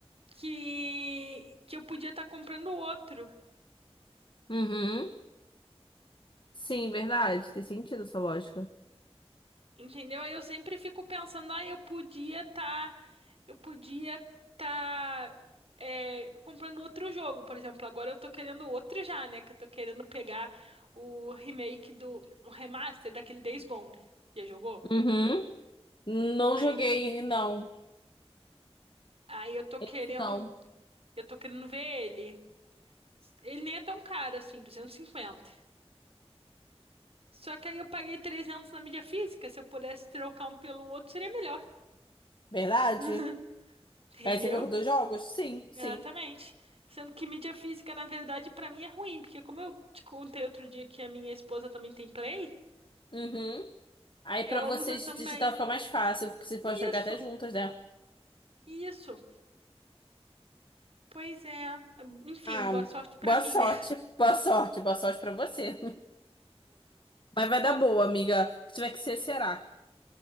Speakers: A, on the right; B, on the left.
A: que que eu podia estar comprando outro.
B: uhum. Sim, verdade. Tem sentido essa lógica.
A: Entendeu? Aí eu sempre fico pensando, ah, eu podia estar, eu podia estar comprando outro jogo, por exemplo. Agora eu tô querendo outro já, né? Que eu tô querendo pegar o remake do, o remaster daquele Days Gone. Já jogou?
B: Uhum. Não
A: Aí,
B: joguei,
A: eu-
B: não.
A: aí eu tô
B: Esse
A: querendo,
B: não.
A: eu tô querendo ver ele. Ele nem é tão caro assim, 250. Só que aí eu paguei 300 na mídia física. Se eu pudesse trocar um pelo outro, seria melhor.
B: Verdade?
A: <laughs> Entendeu?
B: Aí você viu com dois jogos? Sim, sim.
A: Exatamente. Sendo que mídia física, na verdade, pra mim é ruim, porque como eu te contei outro dia que a minha esposa também tem Play,
B: Uhum. Aí
A: ela
B: pra vocês
A: usa também.
B: digitar fica mais fácil, vocês podem
A: Isso,
B: jogar até juntas, né?
A: isso. Pois é. Enfim,
B: Ah,
A: boa sorte pra
B: boa
A: mim,
B: sorte,
A: né? <laughs>
B: boa sorte, boa sorte pra você. <laughs> Mas vai
A: Tá,
B: dar boa, amiga. O que tiver que ser, será.